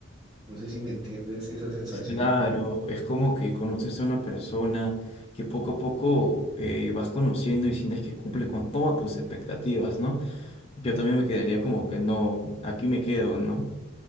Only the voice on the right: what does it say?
No sé si me entiendes esa sensación.